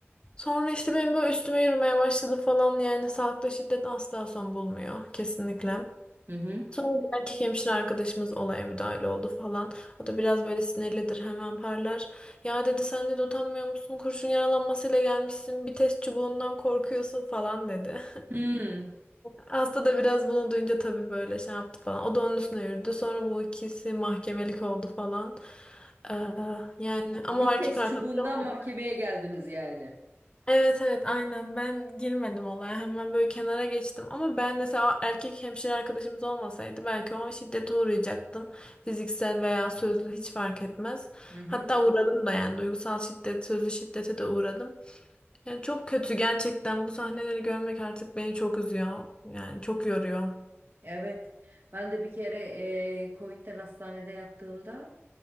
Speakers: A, on the left; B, on the right.
A: Sonra işte benim böyle üstüme yürümeye başladı falan yani sağlıkta şiddet asla son bulmuyor kesinlikle.
B: Hı hı.
A: Sonra bir erkek hemşire arkadaşımız olaya müdahale oldu falan. O da biraz böyle sinirlidir hemen parlar. Ya dedi sen de utanmıyor musun? Kurşun yaralanmasıyla gelmişsin. Bir test çubuğundan korkuyorsun falan dedi.
B: Hmm.
A: Hasta da biraz bunu duyunca tabii böyle şey yaptı falan. O da onun üstüne yürüdü. Sonra bu ikisi mahkemelik oldu falan. Ee, yani
B: Bir
A: ama o erkek
B: test
A: arkadaşım
B: çubuğundan mahkemeye geldiniz yani.
A: Evet evet aynen ben girmedim olaya hemen böyle kenara geçtim ama ben mesela erkek hemşire arkadaşımız olmasaydı belki o an şiddete uğrayacaktım fiziksel veya sözlü hiç fark etmez
B: Hı hı.
A: hatta uğradım da yani duygusal şiddet sözlü şiddete de uğradım yani çok kötü gerçekten bu sahneleri görmek artık beni çok üzüyor yani çok yoruyor.
B: Evet. Ben de bir kere e, Covid'den hastanede yattığımda